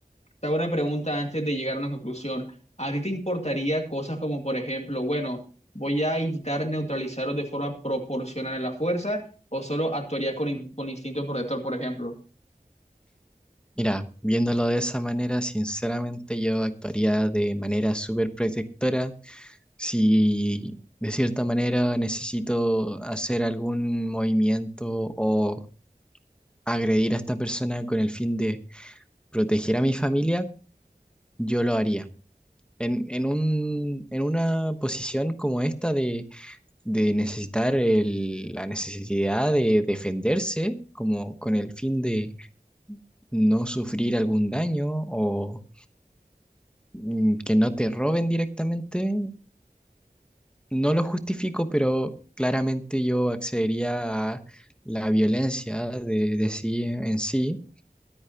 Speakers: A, on the left; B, in the centre.
A: te hago una pregunta antes de llegar a una conclusión. ¿A ti te importaría cosas como, por ejemplo, bueno, voy a intentar neutralizarlo de forma proporcional a la fuerza o solo actuarías con, in- con instinto protector, por ejemplo?
B: Mira, viéndolo de esa manera, sinceramente yo actuaría de manera súper protectora si de cierta manera necesito hacer algún movimiento o agredir a esta persona con el fin de proteger a mi familia, yo lo haría. En, en un, en una posición como esta de de necesitar el- la necesidad de defenderse, como con el fin de no sufrir algún daño o mm, que no te roben directamente. No lo justifico, pero claramente yo accedería a la violencia de, de sí en sí,